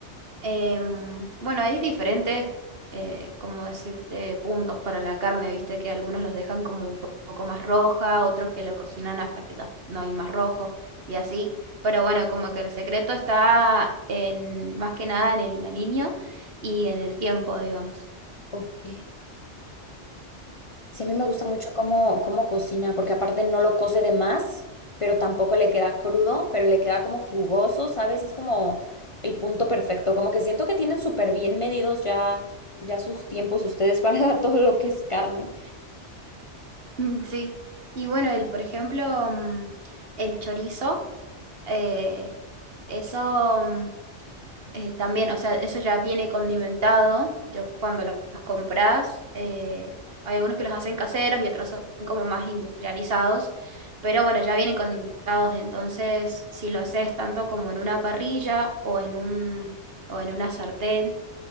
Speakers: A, on the right; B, on the left.
A: Em, bueno, hay diferentes, eh, como decirte, puntos para la carne, viste que algunos los dejan como un po- poco más roja, otros que lo cocinan hasta que ya no hay más rojo y así. Pero bueno, como que el secreto está en, más que nada en el aliño y en el tiempo, digamos. <laughs>
B: Ok. Sí, a mí me gusta mucho cómo, cómo cocina, porque aparte no lo cose de más, pero tampoco le queda crudo, pero le queda como jugoso, ¿sabes? Es como el punto perfecto, como que siento que tienen súper bien medidos ya, ya sus tiempos ustedes para <laughs> todo lo que es carne.
A: Mm, Sí. Y bueno, el, por ejemplo, mm, el chorizo, eh, eso. mm, eh, también, o sea, eso ya viene condimentado. Yo cuando lo- los, compras, eh, hay algunos que los hacen caseros y otros son como más industrializados, pero bueno, ya vienen condimentados. Entonces, si lo haces tanto como en una parrilla o en un, o en una sartén,